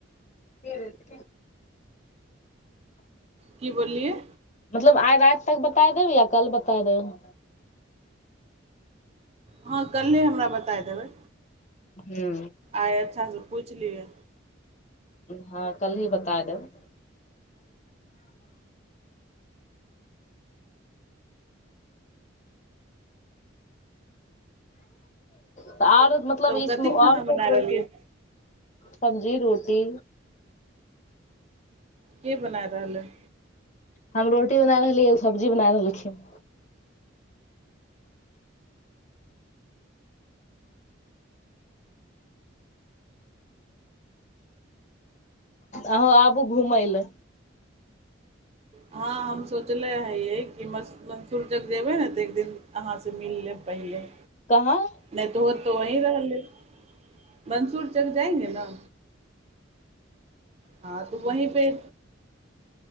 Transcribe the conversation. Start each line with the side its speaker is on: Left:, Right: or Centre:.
Left: ह <inaudible>
Right: की बोललियै?
Left: मतलब आइ राति तक बताय देब या कल बताय देब।
Right: हँ कल्हे हमरा बताए देबै।
Left: हू।
Right: आइ अच्छासे पुछि लिअ।
Left: हँ कल ही बताए देब। तऽ आरो मतलब
Right: तब
Left: इसमें
Right: कथी खाना
Left: आरो को
Right: बनाय
Left: प्रोसेस।
Right: रहलियै
Left: सब्जी रोटी।
Right: के बनाय रहल ऐ।
Left: हम रोटी बना रहलियै, ओ सब्जी बना रहलखिन। अहूं आबू घुमय लए।
Right: हँ हम सोचले हयै, कि मसू- मंसूर तक जेबै ने त एक दिन अहाँ सं मिल लेबे। पहिले।
Left: कहाँ।
Right: नै हो त वहीं रह लेब, मंसूर तक जाएंगे न हँ त वहीं पे